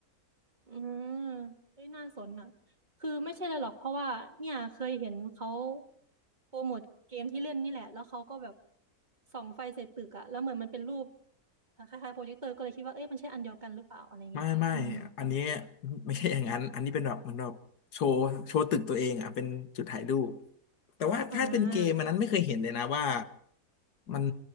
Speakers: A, on the right; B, on the left.
A: อืมเฮ้ยน่าสนอ่ะคือไม่ใช่เลยหรอกเพราะว่าเนี่ยเคยเห็นเขาโปรโมทเกมที่เล่นนี่แหละแล้วเขาก็แบบส่องไฟใส่ตึกอะแล้วเหมือนมันเป็นรูปคล้ายๆโปรเจคเตอร์ก็เลยคิดว่าเอ้ยมันใช่อันเดียวกันหรือเปล่าอะไรเงี้ยอืม
B: ไม่ไม่ อันนี้ <laughs> ไม่ใช่อย่างนั้นอันนี้เป็นแบบเหมือนแบบโชว์โชว์ตึกตัวเองอ่ะเป็นจุดถ่ายรูปแต่ว่าถ้าเป็นเกมอันนั้นไม่เคยเห็นเลยนะว่า
A: อ่า
B: มัน